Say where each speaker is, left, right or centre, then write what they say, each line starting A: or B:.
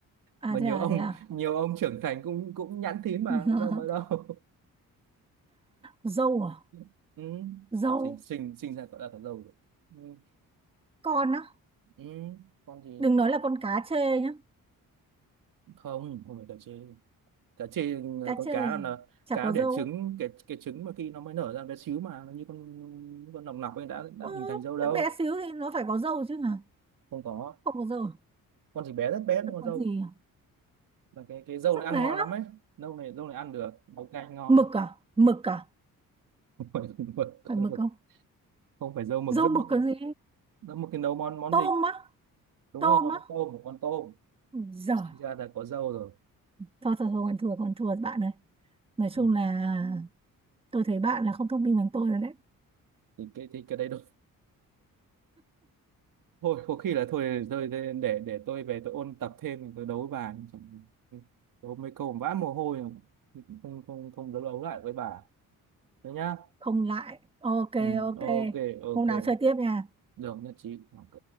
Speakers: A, on the right; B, on the right.
A: À
B: mà
A: thế
B: nhiều
A: à
B: ông
A: thế à?
B: nhiều ông trưởng thành cũng cũng nhẵn thín mà
A: <laughs>
B: có râu mới đâu
A: Dâu à?
B: <laughs> ừ.
A: Dâu.
B: con sinh sinh sinh ra gọi là có râu rồi ừ.
A: Con á?
B: ừ. con gì
A: Đừng nói là con cá chê nhá.
B: không không phải đợi chứ cá chê
A: Cá
B: con
A: chê
B: cá
A: thì
B: là, là
A: chả
B: cá
A: có
B: đẻ
A: dâu.
B: trứng cái cái trứng mà khi nó mới nở ra bé xíu mà nó như con con nòng nọc ấy đã đã
A: Ừ,
B: hình thành râu đâu
A: cái bé xíu thì nó phải có dâu chứ hả?
B: không có
A: Không có dâu. à?
B: con chỉ bé rất bé
A: Bất
B: thôi,
A: được
B: con
A: Con
B: râu
A: gì à?
B: là cái cái râu
A: Rất
B: này ăn
A: bé
B: ngon
A: á.
B: lắm ấy râu này râu này ăn được nấu canh ngon
A: Mực à? Mực à?
B: <laughs> không phải mực
A: Phải
B: con
A: mực
B: mực.
A: không?
B: không phải râu mực
A: Dâu
B: rất
A: mực
B: mực
A: còn gì?
B: rất mực thì nấu món món
A: Tôm
B: gì
A: á?
B: đúng
A: Tôm
B: rồi con
A: á?
B: tôm một con tôm
A: Ui Giời.
B: sinh ra là có râu rồi
A: Thôi thôi thôi còn thua còn thua bạn ơi. Nói chung
B: ừ.
A: là tôi thấy bạn là không thông minh bằng tôi rồi đấy.
B: thì cái thì cái đấy đúng thôi có khi là thôi rồi để để để tôi về tôi ôn tập thêm tôi đấu với bà Chẳng- đấu mấy câu vã mồ hôi mà. không không không đấu đấu lại với bà thế nhá
A: Không lại. Ok
B: ừ,
A: ok.
B: ok ok
A: Hôm nào chơi tiếp nha.
B: được nhất trí Ok.